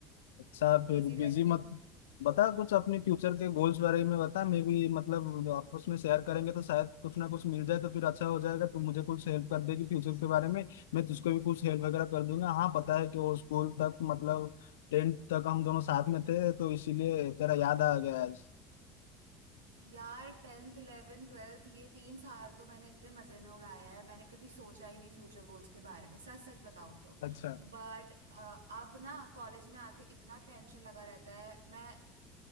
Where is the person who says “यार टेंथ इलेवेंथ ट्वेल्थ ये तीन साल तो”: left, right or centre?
Right